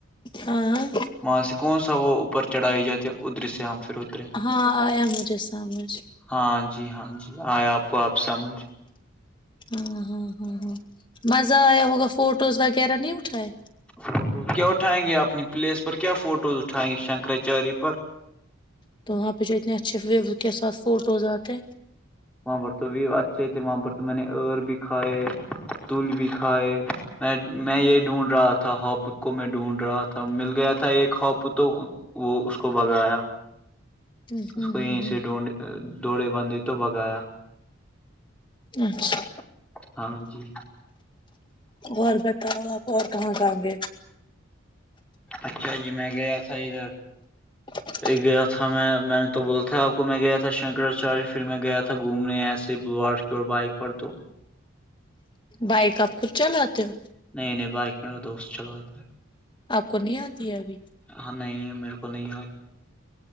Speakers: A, on the left; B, in the centre.
A: ہاں
B: مانس کون سا وہ اوپر چڑھائی جاتے ادھر سے ہم پھر ادھرے
A: ہاں آ مجھےس سمجھ
B: ہاں جی ہاں جی آئے آپ کو آپ سمجھ
A: ہاں ہاں ہاں ہاں مزہ آیا ہوگا فوٹوز وغیرہ نہیں اٹھائے
B: فوٹوز کیا اٹھائیں گے اپنی پلیس پر کیا فوٹوز اٹھائیں گے شنکراچاریہ پر
A: تو وہاں پہ جو اتنے اچھے ویو کے ساتھ فوٹوز آتے
B: وہاں پر تو بھی اچھے تھے وہاں پر تو میں نے ار بھی کھائے دول بھی کھائے میں میں یہ ڈھونڈ رہا تھا ہاپوت کو میں ڈھونڈ رہا تھا مل گیا تھا ایک ہاپو تو وہ اس کو بگایا
A: ہوں ہوں
B: اس کو یہیں
A: ہوں ہوں
B: سے ڈھونڈ دوڑے بندی تو بگایا
A: اچھا
B: ہاں جی
A: اور بتاؤ آپ اور کہاں جیں گے
B: اچھا جی میں گیا تھا ادھر
A: چ
B: گیا تھا میں میں نے تو بولا تھا آپ کو میں گیا تھا شنکراچار پھر میں گیا تھا گھومنے ایسے بلوار کی بائک پر تو
A: بائک آپ خود چلاتے ہو
B: نہیں نہیں بائک میرا دوست چلاتا ہے
A: آپ کو نہیں آتی ہے ابھی
B: ہاں نہیں نہیں میرے کو نہیں